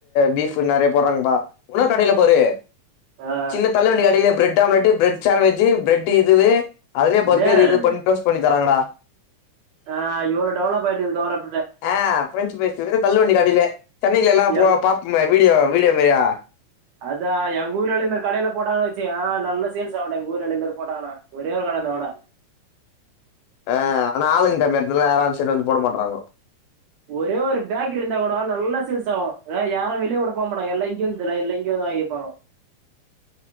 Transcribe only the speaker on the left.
பீஃப் நிறைய போடுறாங்கப்பா உன்னொரு கடையில பாரு
இந்த தள்ளுவண்டி கடைலயே bread omelette bread sandwich bread இதுவு அதுலயே
பர்கர் இது பண்ணி டோஸ்ட் பண்ணி தராங்கடா
ஆஹ் பிரெஞ்சு ப்ரைஸ் இர்க்குது தள்ளுவண்டி கடைலே சென்னையிலல்லா போ
பாப்போமே வீடியோ வீடியோ மேரியா
ஆஹ் ஆனா ஆளுங்க கம்மி எடத்துல யாரு அந்த சைடு வந்து போட மாட்றாங்கோ